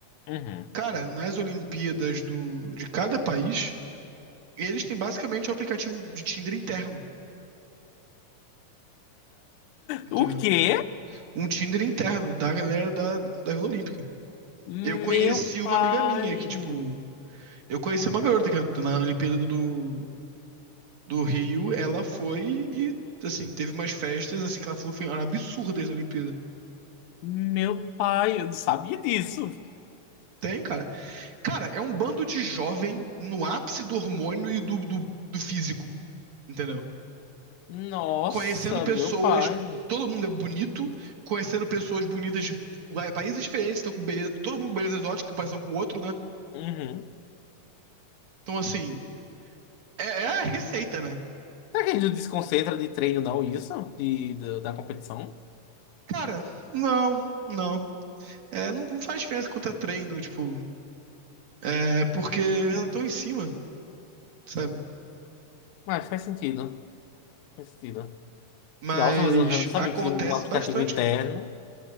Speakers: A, on the left; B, on the right.
A: uhum.
B: Cara, nas Olimpíadas do, de cada país, eles têm basicamente um aplicativo de Tinder interno, entendeu?
A: O quê?
B: Um Tinder interno da galera da, da Vila Olímpica.
A: Meu
B: Eu conheci uma
A: pai.
B: amiga minha que, tipo, eu conheci uma garota que na Olimpíada do, do Rio, ela foi e, assim, teve umas festas, assim, que ela falou que foram absurdas na Olimpíada.
A: Meu pai, eu não sabia disso.
B: Tem, cara. Cara, é um bando de jovem no ápice do hormônio e do, do, do físico, entendeu?
A: Nossa,
B: conhecendo pessoas.
A: meu pai.
B: Todo mundo é bonito, conhecendo pessoas bonitas de países diferentes, estão com beleza, todo mundo com beleza exótica, comparação com o outro, né?
A: Uhum.
B: Então, assim, é, é a receita, né?
A: Será que a gente não desconcentra de treino, não, isso? De, da, da competição?
B: Cara, não, não. É, não, não faz diferença quanto é treino, tipo, é porque já estão em cima, sabe?
A: Ué, faz sentido. Faz sentido.
B: Mas
A: Nossa, mas eu não sabia
B: acontece
A: que um aplicativo
B: bastante,
A: interno.
B: cara.